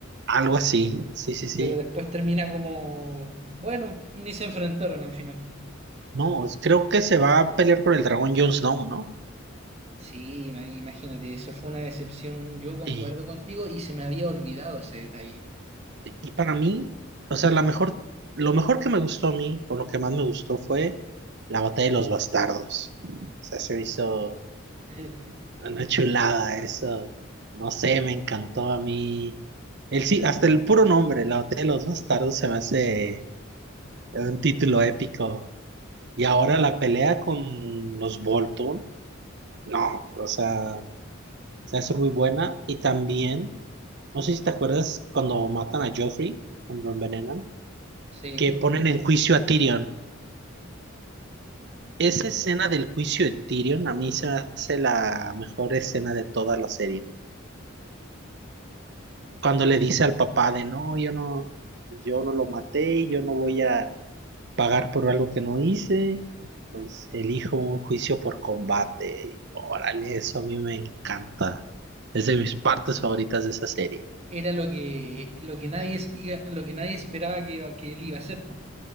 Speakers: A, on the right; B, on the right.
A: algo así. Sí, sí, sí.
B: pero después termina como, bueno, ni se enfrentaron al final.
A: No, creo que se va a pelear por el dragón Jon Snow, ¿no?
B: Sí, ima- imagínate, eso fue una decepción. Yo concuerdo
A: Y
B: contigo y se me había olvidado ese detalle.
A: Y para mí, o sea, la mejor, lo mejor que me gustó a mí, o lo que más me gustó fue la batalla de los bastardos. O sea, se me hizo
B: <laughs>
A: una chulada eso. No sé, me encantó a mí. El, sí, hasta el puro nombre, la batalla de los bastardos, se me hace un título épico. Y ahora la pelea con los Bolton, no, o sea, se hace muy buena. Y también, no sé si te acuerdas cuando matan a Joffrey, cuando lo envenenan,
B: Sí,
A: que ponen en juicio a Tyrion. Esa escena del juicio de Tyrion a mí se me hace la mejor escena de toda la serie. Cuando le dice al papá de no, yo no, yo no lo maté, y yo no voy a pagar por algo que no hice, pues elijo un juicio por combate. Y Órale, eso a mí me encanta. Es de mis partes favoritas de esa serie.
B: era lo que, lo que nadie, espi- lo que nadie esperaba que, que él iba a hacer. po.